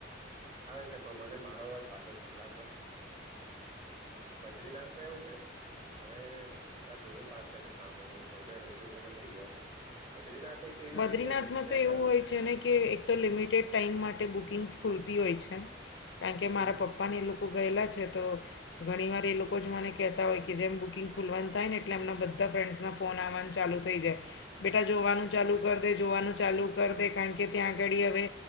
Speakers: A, on the right; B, on the left.
A: આવે છે પણ મને મારો જ પાછો સંભળાતો હતો વ દ્રીનાથમાં એવું છે હવે મારા ગુરુ પાસે મેં સાંભળેલું હું પોતે રૂબરૂ તો નથી ગયો. બદ્રીનાથ એક એવી
B: બદ્રીનાથમાં
A: જગ્યા છે કે ત્યાં
B: તો એવું
A: જાવ
B: હોય છેને, કે તો લિમિટેડ ટાઈમ માટે બુકિંગ્સ ખુલતી હોય છે, કારણ કે
A: હમ
B: મારા પપ્પાને લોકો. ગયેલા છે, તો ઘણી વાર એ લોકો જ મને કહેતા હોય, કે જેમ બુકિંગ ખુલવાનું થાય ને એટલે એમના બધા ફ્રેન્ડ્સના ફોન આવવાનું ચાલુ થઈ જાય બેટા જોવાનુ. ચાલુ કરી દે જોવાનું ચાલુ કરી દે કારણ કે ત્યાં આગળ હવે.